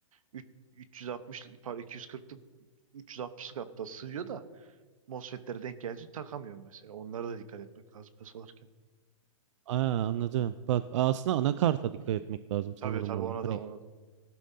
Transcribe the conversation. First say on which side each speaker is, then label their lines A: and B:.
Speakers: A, on the right; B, on the right.
A: Üç- 360'lık, pardon, 240'lık 360'lık hatta sığıyor da MOSFET'lere denk gelince takamıyorum mesela. Onlara da dikkat etmek lazım pes alırken.
B: Aa, anladım.
A: Hmm.
B: Bak aslında anakarta dikkat
A: Hı.
B: etmek lazım
A: Tabii
B: sanırım
A: tabii
B: orada.
A: ona
B: Hani
A: da ona da.